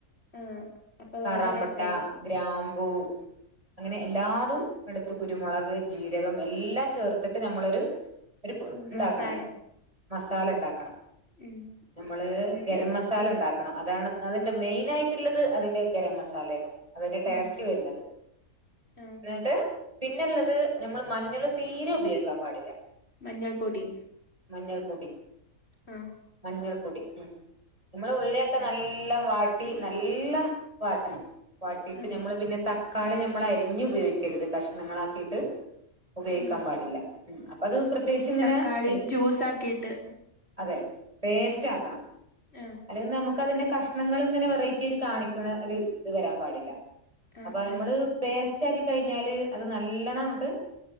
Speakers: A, on the left; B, on the right.
A: ആഹ് അപ്പൊ
B: കറാമ്പട്ട
A: വേറെ രസായിരിക്കും
B: ഗ്രാമ്പൂ അങ്ങനെ എല്ലാതും എടുത്ത് കുരുമുളക്, ജീരകം, എല്ലാം ചേർത്തിട്ട്. നമ്മളൊരു ഒരു
A: ഉം
B: ഉണ്ടാക്കണം.
A: മസാല
B: മസാല ഉണ്ടാക്കണം.
A: ഉം
B: നമ്മള്
A: എന്നിട്ട്
B: ഗരം മസ മസാല ഉണ്ടാക്കണം. അതാണ് അതിന്റെ മെയിൻ ആയിട്ടുള്ളത്. അതിന്റെ ഗരം മസാലയാണ്. അതിന്റെ ടേസ്റ്റ്
A: ഉം
B: വരുന്നത്.
A: ആഹ്
B: എന്നിട്ട് പിന്നള്ളത് നമ്മൾ മഞ്ഞള് തീരെ ഉപയോഗിക്കാൻ പാടില്ല.
A: മഞ്ഞൾ പൊടി
B: മഞ്ഞൾ പൊടി
A: ആ
B: മഞ്ഞൾപ്പൊടി ഉം നമ്മൾ ഉള്ളിയൊക്കെ
A: ഉം
B: നല്ലം വാട്ടി. നല്ലം വാട്ടണം. വാട്ടിയിട്ട്
A: ആഹ്
B: നമ്മള് പിന്നെ ത തക്കാളി നമ്മൾ അരിഞ്ഞ് ഉപയോഗിക്കരുത്. കഷ്ണങ്ങളാക്കിയിട്ട് ഉപയോഗിക്കാൻ
A: ഉം
B: പാടില്ല. ഉം അപ്പ അത് പ്രത്യേകിച്ച് ഇങ്ങനെ
A: തക്കാളി
B: എടുത്ത്.
A: ജ്യൂസ് ആക്കിയിട്ട്
B: അതെ പേസ്റ്റ് ആക്കണം.
A: ആഹ്
B: അല്ലെങ്കിൽ നമുക്ക് അതിന്റെ കഷ്ണങ്ങൾ ഇങ്ങനെ വെറൈറ്റി. പറ്റിയത് കാണിക്കണ ഒരു ഇത് വരാൻ പാടില്ല.
A: ആഹ്
B: അപ്പൊ നമ്മള്
A: ആഹ്
B: പേസ്റ്റ് ആക്കി കഴിഞ്ഞാല് അത് നല്ലോണം അങ്ങോട്ട്.